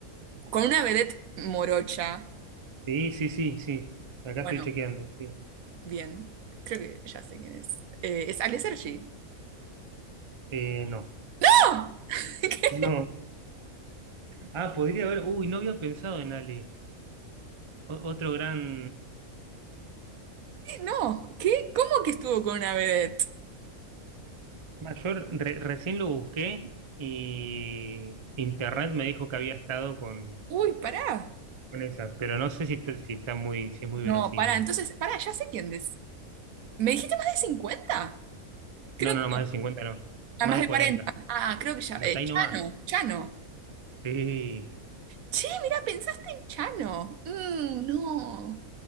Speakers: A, on the right; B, on the right.
A: con una vedette morocha.
B: sí, sí, sí, sí, acá
A: Bueno,
B: estoy chequeando, sí.
A: bien, creo que ya sé quién es. Eh, es Ale Sergi.
B: Eh, no,
A: ¡No! <laughs> ¿Qué?
B: no. Ah, podría haber, uy, no había pensado en Ale. O- otro gran
A: No, ¿qué? ¿Cómo que estuvo con una vedette?
B: mayor, re- recién lo busqué y internet me dijo que había estado con,
A: Uy, pará.
B: con esa, pero no sé si está, si está muy, si es muy
A: No,
B: verosímil.
A: pará. Entonces, pará, ya sé quién es. ¿Me dijiste más de cincuenta Creo
B: No, no,
A: que
B: no, más de 50, no,
A: a
B: más
A: más
B: de
A: de
B: 40,
A: cuarenta Ah, creo que ya.
B: pero
A: eh,
B: hasta
A: Chano,
B: ahí nomás.
A: Chano.
B: Sí,
A: Che, mira, pensaste en Chano. Mm, no.